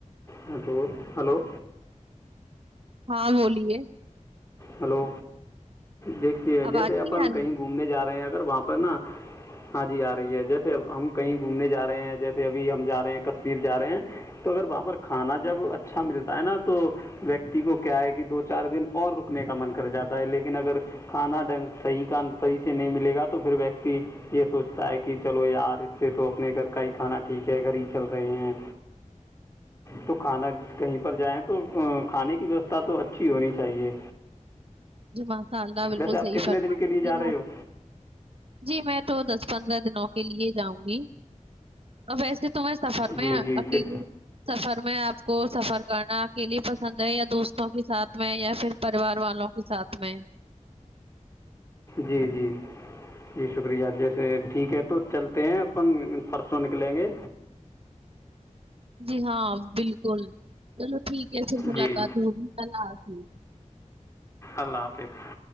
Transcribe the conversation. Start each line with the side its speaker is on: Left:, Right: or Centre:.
Left: ہ تو ہلو
Right: ہاں بولیے
Left: ہلو دیکھیے
Right: آواز
Left: جیسے اپن
Right: نہیں آ رہی
Left: کہیں گھومنے جا رہے ہیں اگر وہاں پر نا ہاں جی آ رہی ہے جیسے ہم کہیں گھومنے جا رہے ہیں جیسے ابھی ہم جا رہے ہیں کشمیر جا رہے ہیں تو اگر وہاں پر کھانا جب اچھا ملتا ہے نا تو ویکتی کو کیا ہے کہ دو چار دن اور نے کا من کر جاتا ہے لیکن اگر کھانا ڈنگحیح کا صحیح سے نہیں ملے گا تو پھر ویکتی یہ سوچتا ہے کہ چلو یار اس سے تو اپنے گھر کا ہی کھانا ٹھیک ہے گھر ہی چل رہے ہیں تو کھانا کہیں پر جائیں تو کھانے کی ویوستھا تو اچھی ہونی چاہیے
Right: جمات خالدہ بالکل
Left: ویسے آپ
Right: صحیح
Left: کتنے
Right: فرما
Left: دن کے لیے
Right: رہی
Left: جا رہے
Right: آپ
Left: ہو
Right: جی میں تو دسویں پندرہ دنوں کے لیے جاؤں گی اب ویسے تو تمیں سفر میں
Left: جی جی
Right: اکیلے
Left: پھر
Right: سفر میں آپ کو سفر جانا اکیلے پسند ہے یا دوست تو کے ساتھ میں یا پھر پریوار والوں کے ساتھ میں
Left: جی جی جی شکریہ جیسے ٹھیک ہے تو چلتے ہیں اپن پرسوں نکلیں گے
Right: جی ہاں بالکل چلو ٹھیک ہے پھر ملاقات
Left: جی
Right: ہوگی اللہ حافظ
Left: اللہ حافظ